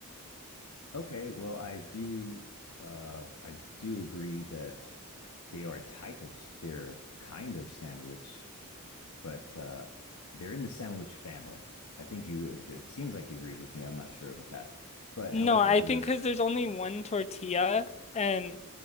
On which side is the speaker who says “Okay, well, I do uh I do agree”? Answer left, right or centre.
Left